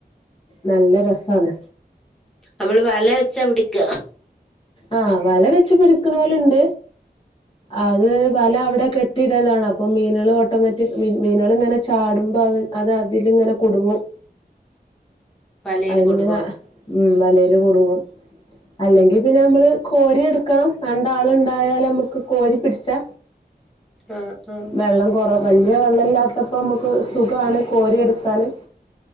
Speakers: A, on the left (about 30°); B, in the centre.
A: നല്ല രസാണ്.
B: നമ്മള് വല വെച്ചാ പിടിക്ക.
A: ആഹ് വല വെച്ച് പിടിക്കണോലുണ്ട്. അത് വല അവിടെ കെട്ടിയിടലാണ് അപ്പോ മീനുകള് ഓട്ടോമാറ്റിക് മ മീനുകള് ഇങ്ങനെ ചാടുമ്പോൾ അവ അത് അതിലിങ്ങനെ കുടുങ്ങും.
B: വലയില്
A: അയിലിങ്ങനെ
B: കുടുങ്ങും
A: ഉം വലേല് കുടുങ്ങും അല്ലെങ്കി. പിന്നെ നമ്മള് കോരി എടുക്കണം രണ്ടാള്ണ്ടായാല് നമ്മക്ക് കോരി പിട്ച്ചാ
B: ആഹ് ആഹ്.
A: വെള്ളം കുറവ വലിയ വെള്ളല്ലാത്തപ്പോൾ നമുക്ക് സുഖാണ് കോരി എടുക്കാന്